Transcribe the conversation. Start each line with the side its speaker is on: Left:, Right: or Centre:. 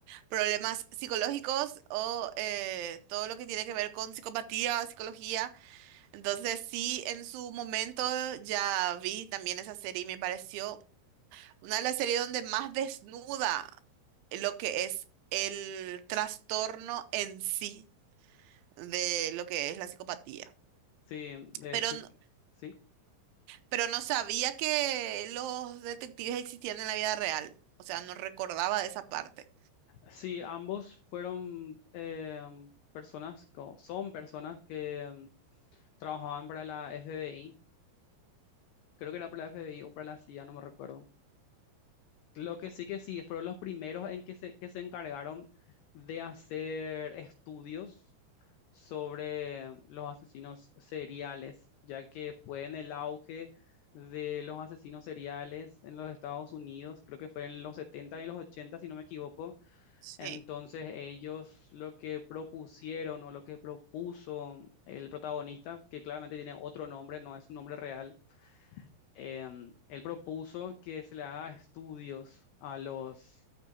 Right: problemas psicológicos o eh, todo lo que tiene que ver con psicopatía, psicología. Entonces sí, en su momento ya vi también esa serie y me pareció Una de las series donde más desnuda lo que es el trastorno en sí de lo que es la psicopatía.
Left: Sí, de
Right: Pero,
Left: hecho,
Right: no-
Left: sí.
Right: pero no sabía que los detectives existían en la vida real. O sea, no recordaba de esa parte.
Left: Sí, ambos fueron eh, personas, o son personas que mm, trabajaban para la FBI, creo que era para la FBI o para la CIA, no me recuerdo. Lo que sí que sí, fueron los primeros en que se, que se encargaron de hacer estudios sobre los asesinos seriales, ya que fue en el auge de los asesinos seriales en los Estados Unidos, creo que fue en los 70 y los 80 si no me equivoco.
Right: Sí.
Left: Entonces ellos lo que propusieron o lo que propuso el protagonista, que claramente tiene otro nombre, no es su nombre real, em, él propuso que se le haga estudios a los